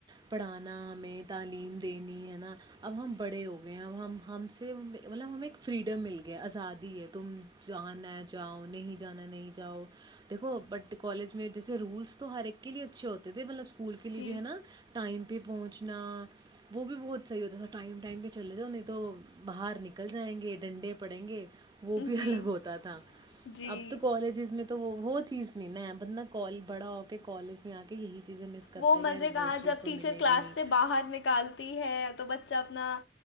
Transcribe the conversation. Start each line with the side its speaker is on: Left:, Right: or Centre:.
Right: پڑھانا ہمیں تعلیم دینی ہے نا اب ہم بڑے ہو گئے ہیں اب ہم ہم سے مطلب ہمیں ایک فریڈم مل گیا آزادی ہے تم جانا جاؤ نہیں جانا نہیں جاؤ دیکھو بٹ کالج میں جیسے رولس تو ہر ایک کے لیے اچھے ہوتے تھے مطلب اسکول کے لیے
Left: جی
Right: بھی ہے نا ٹائم پہ پہنچ انا وہ بھی بہت صحیح ہوتا س ٹہ چلے تو باہر نکل آئیں گے ڈنڈے پڑیں گے وہ بھی
Left: جی
Right: الگ ہوتا تھا
Left: جی
Right: اب تو کالجز میں تو وہ چیز نہیں نا بندہ کال بڑا ہو کے کالج میں آ کے یہی چیزیں مس کرتا
Left: وہ مزے
Right: ہے کہ یار
Left: کہا
Right: وہ چیز
Left: جب
Right: تو
Left: ٹیچر
Right: ملے
Left: کلاس
Right: گی نہیں
Left: سے باہر نکالتی ہے تو بچ ب اپنا